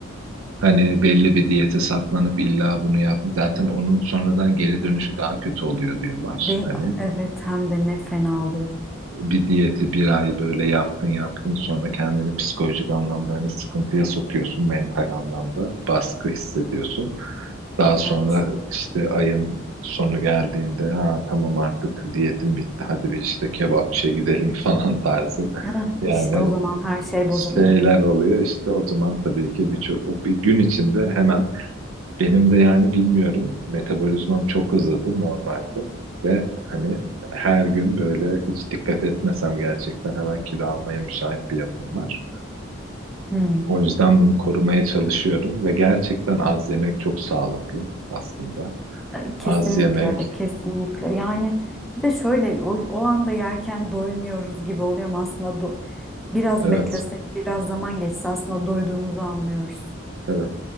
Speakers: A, on the right; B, in the centre.
A: hani belli bir diyete saplanıp illa bunu yapma zaten onun sonradan geri dönüşü daha kötü oluyor diyorlar.
B: De
A: Hani
B: evet hem de ne fena oluyor.
A: bir diyeti bir ay böyle yaptın yaptın sonra kendini psikolojik anlamda hani sıkıntıya sokuyorsun mental anlamda baskı hissediyorsun. Daha sonra
B: Evet.
A: işte ayın sonu geldiğinde ha, tamam artık diyetim bitti hadi bir işte kebapçıya gidelim <laughs> falan tarzı.
B: Heh,
A: Yani
B: işte o zaman her şey bozuluyor.
A: şeyler oluyor işte o zaman tabii ki birçok o bir gün içinde hemen benim de yani bilmiyorum metabolizmam çok hızlıydı normalde ve hani her gün böyle hiç dikkat etmesem gerçekten hemen kilo almaya müsait bir yapım var.
B: Hmm.
A: O yüzden bunu korumaya çalışıyorum ve gerçekten az yemek çok sağlıklı aslında.
B: E, Kesinlikle
A: Az yemek,
B: öyle, kesinlikle. Yani bir de şöyle o, o anda yerken doymuyoruz gibi oluyor ama aslında do- biraz
A: Evet,
B: beklesek, biraz zaman geçse aslında doyduğumuzu anlıyoruz.
A: evet.